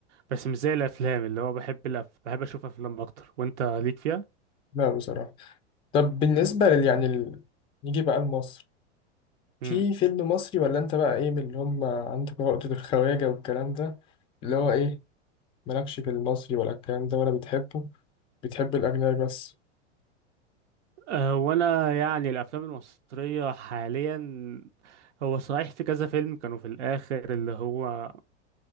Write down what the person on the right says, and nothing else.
بس مش زي الافلام اللي هو بحب الأف... بحب اشوف افلام اكتر وانت ليك فيها
امم
أه وانا يعني الافلام المصرية حاليا هو صحيح في كذا فيلم كانوا في الاخر اللي هو